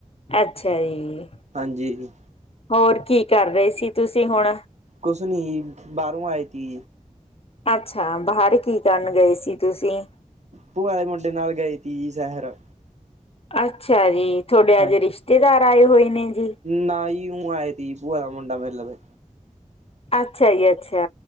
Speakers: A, on the left (about 45°); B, on the right (about 55°).
A: ਅੱਛਾ ਜੀ।
B: ਹਾਂਜੀ ਜੀ।
A: ਹੋਰ ਕੀ ਕਰ ਰਹੇ ਸੀ ਤੁਸੀਂ ਹੁਣ?
B: ਕੁਸ ਨੀ ਈ, ਬਾਹਰੋਂ ਆਏ ਤੀ।
A: ਅੱਛਾ, ਬਾਹਰ ਕੀ ਕਰਨ ਗਏ ਸੀ ਤੁਸੀਂ?
B: ਭੂਆ ਦੇ ਮੁੰਡੇ ਨਾਲ ਗਈ ਤੀ ਸੇਹਰ।
A: ਅੱਛਾ ਜੀ, ਥੋਡੇ
B: ਹਾਂ
A: ਅੱਜ ਰਿਸ਼ਤੇਦਾਰ ਆਏ ਹੋਏ ਨੇ ਜੀ?
B: ਨਾ ਜੀ <unintelligible> ਭੂਆ ਦਾ ਮੁੰਡਾ ਮਿਲ ਲਵੇ।
A: ਅੱਛਾ ਜੀ ਅੱਛਾ।